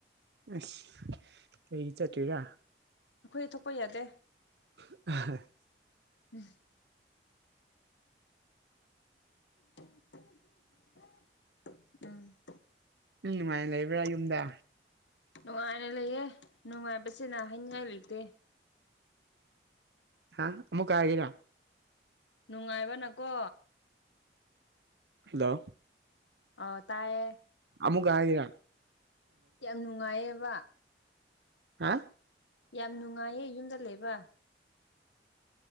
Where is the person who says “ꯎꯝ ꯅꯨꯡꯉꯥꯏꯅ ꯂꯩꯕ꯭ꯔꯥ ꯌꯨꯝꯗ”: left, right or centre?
Right